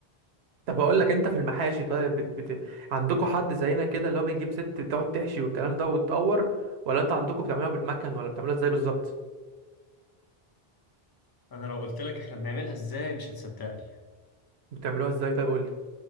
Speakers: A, on the right (about 80°); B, on the left (about 30°).
A: طب اقول لك انت في المحاشي طيب بت... بت... عندكم حد زينا كده اللي هو بنجيب ست بتقعد تحشي والكلام ده وتطور ولا انت عندكم بتعملوها بالمكن ولا بتعملوها ازاي بالظبط
B: انا لو قلت لك احنا بنعملها ازاي مش هتصدقني
A: بتعملوها ازاي طيب قول لي